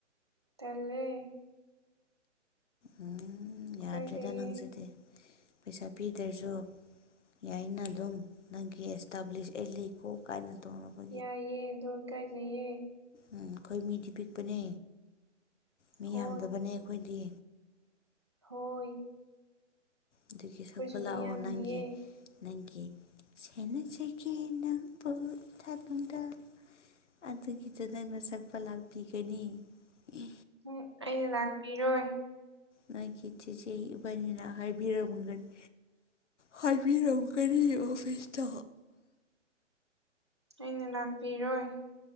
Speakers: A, on the right (about 25°); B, on the left (about 70°).
A: ꯇꯜꯂꯦ
B: ꯎꯝ
A: ꯏꯀꯥꯏꯖꯩꯌꯦ
B: ꯌꯥꯗ꯭ꯔꯦꯗ ꯅꯪꯁꯤꯗꯤ ꯄꯩꯁꯥ ꯄꯤꯗ꯭ꯔꯖꯨ ꯌꯥꯏꯅ ꯑꯗꯨꯝ ꯅꯪꯒꯤ ꯑꯦꯁꯇꯥꯕ꯭ꯂꯤꯁ ꯑꯩ ꯂꯩꯀꯣ ꯀꯥꯏꯅ ꯇꯧꯅꯕ
A: ꯌꯥꯏꯌꯦ ꯑꯗꯨ ꯏꯀꯥꯏꯖꯩꯌꯦ
B: ꯎꯝ ꯑꯩꯈꯣꯏ ꯃꯤꯗꯤ ꯄꯤꯛꯄꯅꯦ ꯃꯤ
A: ꯍꯣꯏ
B: ꯌꯥꯝꯗꯕꯅꯦ ꯑꯩꯈꯣꯏꯗꯤ
A: ꯍꯣꯏ
B: ꯑꯗꯨꯒꯤ
A: ꯑꯩꯈꯣꯏꯁꯨ
B: ꯁꯛꯄ ꯂꯥꯛꯑꯣ
A: ꯃꯤ ꯌꯥꯝꯗꯤꯌꯦ
B: ꯅꯪꯒꯤ ꯅꯪꯒꯤ ꯁꯦꯟꯅꯖꯒꯦ ꯅꯪꯕꯨ ꯏꯊꯥꯅꯨꯡꯗ ꯑꯗꯨꯒꯤꯗꯨ ꯅꯪꯅ ꯁꯛꯄ ꯂꯥꯛꯄꯤꯒꯅꯤ ꯏ
A: ꯍꯨꯝ ꯑꯩꯅ ꯂꯥꯛꯄꯤꯔꯣꯏ
B: ꯅꯣꯢꯒꯤ ꯆꯤꯆꯦ ꯏꯕꯥꯅꯤꯅ ꯍꯥꯏꯕꯤꯔꯝꯒꯅꯤ ꯍꯥꯏꯕꯤꯔꯝꯀꯅꯤ ꯑꯣꯐꯤꯁꯇ
A: ꯑꯩꯅ ꯂꯥꯛꯄꯤꯔꯣꯏ